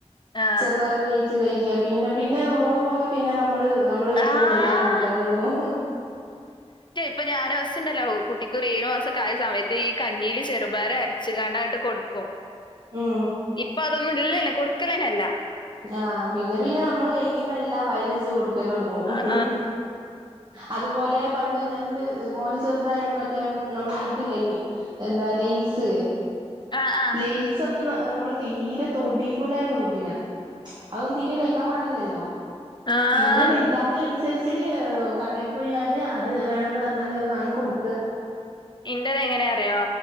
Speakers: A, on the left; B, on the right.
A: ആഹ്.
B: ചെറുപർ വേയിച്ച് കഴിക്ക പിന്നെ പിന്നെ പോക പോക പിന്നെ നമ്മ നമ്മള് വിക്കുന്ന
A: ആഹ്
B: എല്ലാം കൊടുക്കാതെ കൊടുങ്ങും
A: അപ്പൊ ഞ്ഞാന്ഒരുവാസംവ്യംണ്ടല്ലോ കുട്ടിക്ക് ഏഴ് മാസ കായ സമയത്ത് ഈ കഞ്ഞിയില് ചെറുപാര അരച്ചു കാണാനായിട്ട് കൊടുക്കുവ
B: ഉം
A: ഇപ്പൊ അതൊന്നും ഇല്ലന്ന കൊടുക്കണന്നല്ല
B: ആ പിന്നെ പിന്നെ നമ്മള് കഴിക്കുന്ന എല്ലാം വയി ലച്ച് കൊടുക്കല് കൊടുങ്ങും
A: ആഹ്
B: അതുപോലെ പണ്ട് ഞാന എൻന്റെ മോന് ചെറുതായന്ന് മറ്റേ നമ്മള ഇതില്ലങ്കിൽ ത ലസ്
A: ആഹ് ആഹ്
B: ലൈസൊന്നും നമ്മള് തീരെ തൊടി കുലെന്നു കുട്ടിനെ അതൊന്നും തീരെ കഴിക്കാൻ പാടില്ലല്ലോ
A: ആഹ്.
B: പിന്നെ വാലുതാവ അയിനുസരിച്ച് കടയിൽ പോയാല് അത് വേണംന്ന് പറഞ്ഞാല് അത് വാങ്ങി കൊടുക്ക
A: ഇന്റത് എങ്ങനെ അറിയോ